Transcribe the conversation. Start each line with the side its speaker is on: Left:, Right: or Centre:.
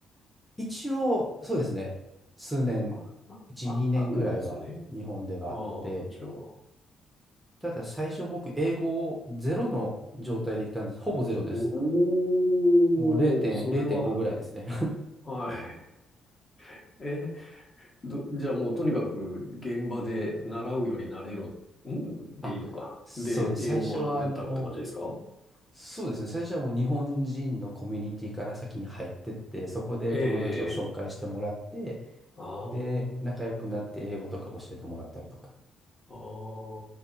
Centre: 一応、そうですね。数年、
Left: あ、
Centre: 1、
Left: あ、あ、
Centre: 2年ぐらいは日本ではあって、
Left: あるんですね。ああ、じゃあ。
Centre: ただ最初僕、英語をゼロの状態で行ったんです。ほぼゼロです。
Left: おー、
Centre: もう0.0
Left: それは、
Centre: 0.5ぐらいですね。
Left: はい。え、ど、じゃあもうとにかく現場で習うより慣れろ、んでいいのか。
Centre: <laughs> あ、そうです。
Left: で、英語を学んでったって感じですか
Centre: 最初は、あの、そうですね。最初はもう日本人のコミュニティから先に入ってって、そこで友達を紹介してもらって、
Left: ええ、ああー、
Centre: で、仲良くなって英語とか教えてもらったりとか、
Left: あ